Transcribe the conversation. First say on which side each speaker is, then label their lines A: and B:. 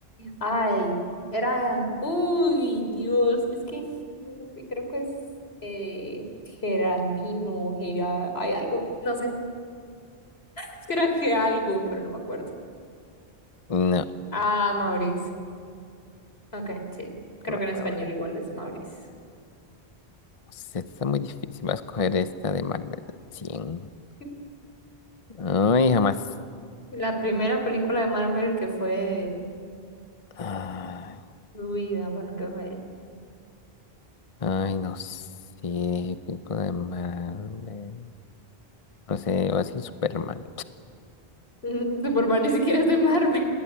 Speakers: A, on the left (about 80°); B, on the left (about 40°).
A: ¡Ah! Ay, era, uy, Dios, es que no, creo que es eh, Geraldino, Gera- hay algo, no sé, es que era Ge algo, pero no me acuerdo.
B: no,
A: Ah, Maurice, ok, sí, creo
B: va- va-
A: que en
B: va-
A: español
B: vamos,
A: igual es Maurice.
B: esta Está muy difícil. Vas a escoger esta de Marvel cien,
A: <laughs>
B: Ay, jamás.
A: La primera película de Marvel que fue
B: Ay,
A: fluida, bueno, que fue
B: ay, no sé. Película de Marvel. No sé, va a decir Superman.
A: <laughs> Mm, Superman ni siquiera es de Marvel.